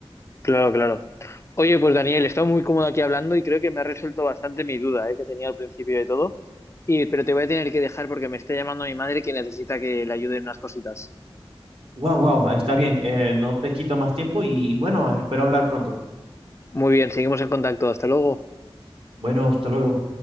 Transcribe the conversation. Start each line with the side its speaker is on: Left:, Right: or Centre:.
Left: claro, claro. Oye, pues Daniel, he estado muy cómodo aquí hablando y creo que me ha resuelto bastante mi duda, ¿eh? que tenía al principio de todo. Y, pero te voy a tener que dejar porque me está llamando mi madre que necesita que le ayude en unas cositas.
Right: Wow, wow, está bien, eh, no te quito más tiempo y bueno, espero hablar pronto.
Left: Muy bien, seguimos en contacto. Hasta luego.
Right: Bueno, hasta luego.